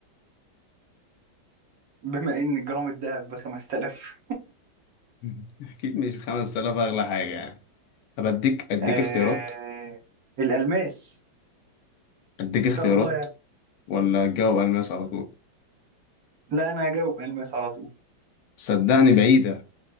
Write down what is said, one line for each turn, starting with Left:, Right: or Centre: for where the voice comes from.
Right: بما ان جرام الذهب ب 5000
Left: <laughs> اكيد مش 5000 اغلى حاجه يعني طب اديك اديك
Right: آه...
Left: اختيارات
Right: الالماس
Left: اديك اختيارات
Right: ان شاء الله يعني
Left: ولا الجواب الماس على طول
Right: لا انا هجاوب الماس على طول
Left: صدقني بعيدة